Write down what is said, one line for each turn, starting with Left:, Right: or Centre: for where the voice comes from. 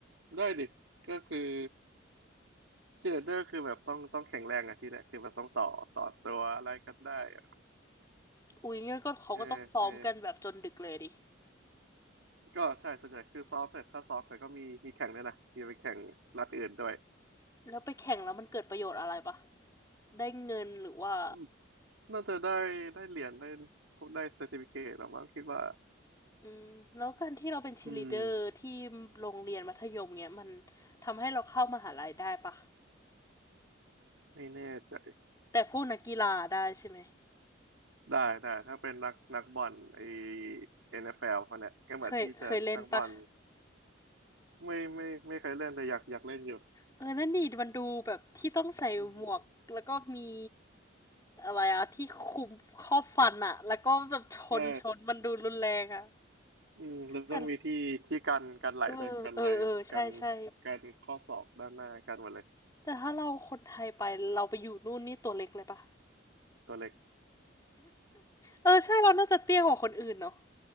Right: ได้ดิก็คือ ชีเลเดอร์คือแบบต้องต้องแข็งแรงอะที่เนี่ยคือแบบต้องต่อต่อตัวอะไรกันได้อะ
Left: อุ้ยงั้นก็เขาก็ต้องซ้อมกันแบบจนดึกเลยดิ
Right: เออเออก็ใช่ส่วนใหญ่คือซ้อมเสร็จถ้าซ้อมเสร็จก็มีมีแข่งด้วยนะมีไปแข่งรัฐอื่นด้วย
Left: แล้วไปแข่งแล้วมันเกิดประโยชน์อะไรปะ ได้เงินหรือว่า
Right: อืมน่าจะได้ได้เหรียญได้พวกได้เซอร์ติฟิเคตหรือมั้งคิดว่า
Left: อืมแล้วการที่เราเป็นชีลีเดอร์ที่โรงเรียนมัธยมเนี้ยมัน
Right: อืม
Left: ทำให้เราเข้ามหาลัยได้ปะ
Right: ไม่แน่ใจ
Left: แต่พวกนักกีฬาได้ใช่ไหม
Right: ได้ได้ถ้าเป็นนักนักบอลไอ NFL พวกเนี่ยก็เหมือนที่จะนักบอล
Left: เคยเคยเล่นปะ
Right: ไม่ไม่ไม่เคยเล่นแต่อยากอยากเล่นอยู่
Left: เออนั่นนี่มันดูแบบที่ต้องใส่หมวกแล้วก็มี
Right: อืม
Left: อะไรอะที่คุมครอบฟันอะแล้วก็แบบชนชนมันดูรุนแรงอะ
Right: ใช่ อืมแล้วต้องมีที่ที่กันกันไหลด้วยกันไหลกัน
Left: แต่เออเออเออใช่ใช่
Right: กันข้อศอกด้านหน้ากันหมดเลย
Left: แต่ถ้าเราคนไทยไปเราไปอยู่นู่นนี่ตัวเล็กเลยปะ
Right: ตัวเล็ก
Left: เออใช่เราน่าจะเตี้ยกว่าคนอื่นเนาะ